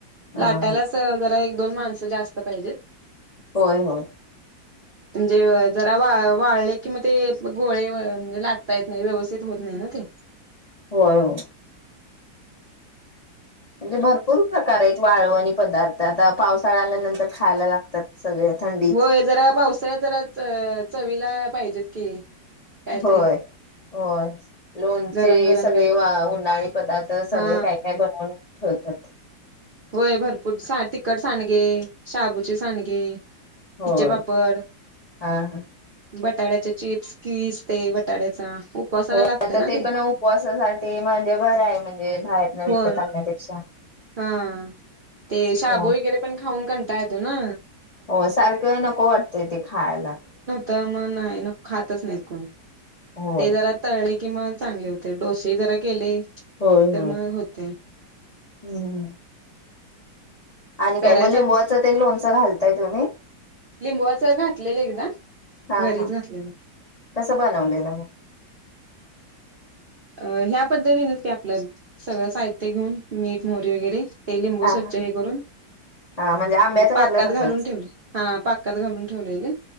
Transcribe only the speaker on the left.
हा
होय होय.
होय हो म्हणजे भरपूर प्रकार आहेत वाळव आणि पदार्थ आता पावसाळा आल्यानंतर खायला लागतो. सत्... सगळे थंडीत...
होय होय लोणचे
सगळे
वा उन्हाळी पदार्थ सगळे
काय काय बनवून. ठोतात.
होय
हा हा.
हो
तर
ते पण उपवासासाठी म्हणजे घरं आहे म्हणजे बाहेरन विकत
आणण्यापेक्षा...
हो
हो सारखं नको वाटतंय ते खायला
होय
होय
होय.
हम्म आणि
काय म लिंबवाचा ते लोन घालताय तुम्ही
हा
हा
कसं बनवलेलं मग?
हा
हा
हा म्हणजे आंब्याचं
घातलं तसंच